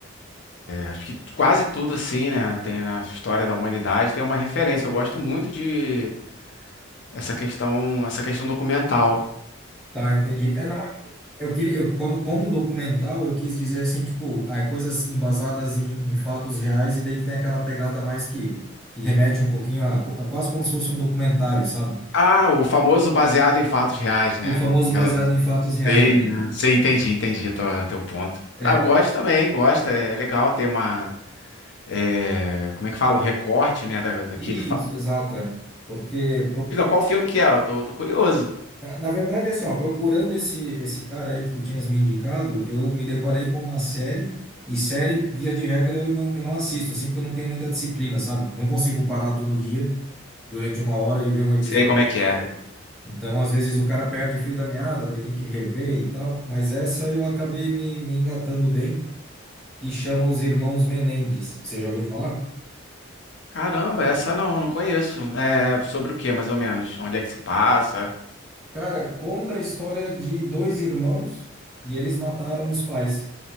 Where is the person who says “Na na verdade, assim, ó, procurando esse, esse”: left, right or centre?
Centre